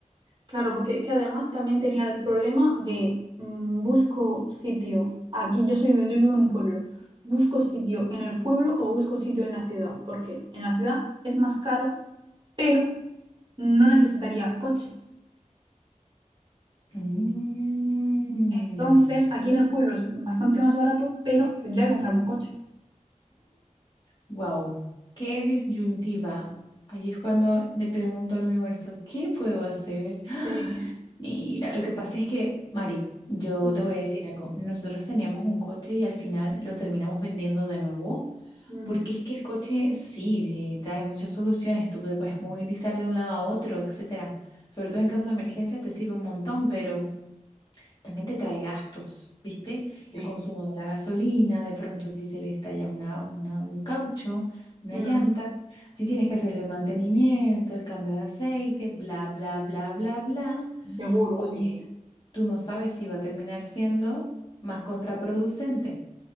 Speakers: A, on the right; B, on the left.
A: Claro, porque es que además también tenía el problema de mm, busco sitio. Aquí yo soy, yo vivo en un pueblo. ¿Busco sitio en el pueblo o busco sitio en la ciudad? Porque en la ciudad es más caro, pero no necesitaría coche.
B: Mm.
A: Entonces, aquí en el pueblo es bastante más barato, pero tendría que comprarme un coche.
B: wow, qué disyuntiva. Allí es cuando le pregunto al universo, ¿qué puedo hacer? ¡Ah!
A: Sí.
B: Mira, lo que pasa es que, Mari, yo
A: Mm,
B: te voy a decir algo. Nosotros teníamos un coche y al final lo terminamos vendiendo de nuevo,
A: ujú,
B: porque es que el coche sí eh, trae muchas soluciones. Tú te puedes movilizar de un lado a otro, etcétera. Sobre todo en caso de emergencia te sirve un montón, pero también te trae gastos, ¿viste? El
A: Sí,
B: consumo de la gasolina, de pronto si se le estalla una, una- un caucho, una
A: mm,
B: llanta, si tienes que hacerle el mantenimiento, el cambio de aceite, bla, bla, bla, bla, bla.
A: seguro,
B: Oye,
A: sí,
B: tú no sabes si va a terminar siendo más contraproducente.